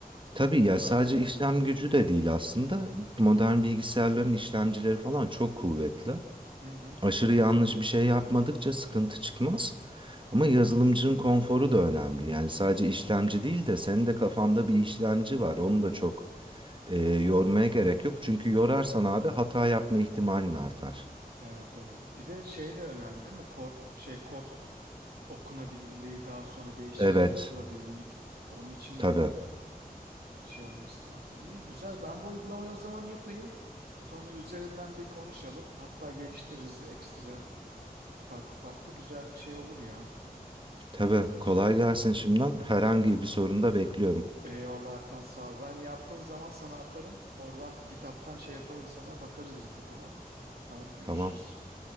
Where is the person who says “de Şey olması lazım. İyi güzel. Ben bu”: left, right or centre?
Right